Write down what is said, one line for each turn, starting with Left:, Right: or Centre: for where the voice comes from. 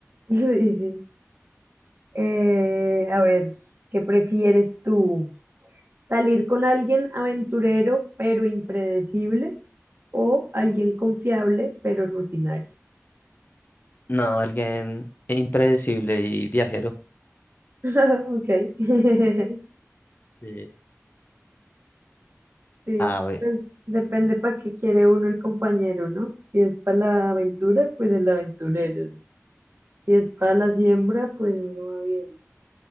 Right: <laughs> Sí, sí. Eh, a ver, ¿qué prefieres tú? ¿Salir con alguien aventurero pero impredecible o alguien confiable pero rutinario?
Left: No, alguien impredecible y viajero.
Right: <laughs> Ok. <laughs>
Left: Sí.
Right: Sí,
Left: A ver.
Right: pues depende para qué quiere uno el compañero, ¿no? Si es para la aventura, pues el aventurero. Si es para la siembra, pues uno va viendo.